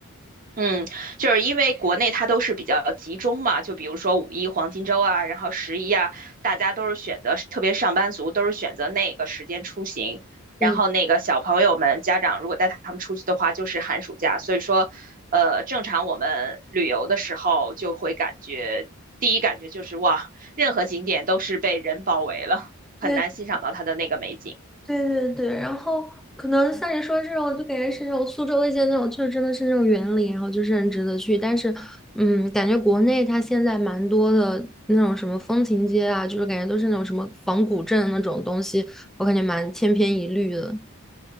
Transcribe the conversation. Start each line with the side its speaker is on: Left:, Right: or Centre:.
Right: 嗯，就是因为国内它都是比较集中嘛，就比如说五一黄金周啊，然后十一啊，大家都是选择，特别上班族都是选择那个时间出行。
Centre: 对，
Right: 然后那个小朋友们家长如果带他们出去的话，就是寒暑假。所以说，呃，正常我们旅游的时候就会感觉，第一感觉就是哇，任何景点都是被人包围了，很难欣赏到它的那个美景。
Centre: 对对对对，然后可能像你说这种，就感觉是那种苏州的一些那种，就是真的是那种园林，然后就是很值得去。但是，嗯，感觉国内它现在蛮多的那种什么风情街啊，就是感觉都是那种什么仿古镇那种东西，我感觉蛮千篇一律的。